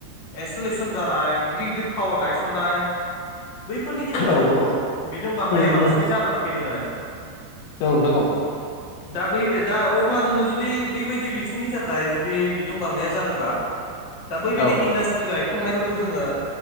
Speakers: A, on the left; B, on the left.
A: installation जानाय गिदिर गिदिर टावार गायसननाय बैफोरनि गेजेरजों
B: औ औ
A: बिदों बांनाया
B: उम
A: बांसिनै
B: उम
A: जानानै फैदों आरो
B: औ नोंथां औ
A: दा बै दा अब्ला जोङो जुदि बैबायदि बिथिंनि थाखाय जुदि बिदुं बांनाया जादोंबा दा बैबायदि
B: औ
A: इास्ट्रि गाय संनायफोरखौ जोङो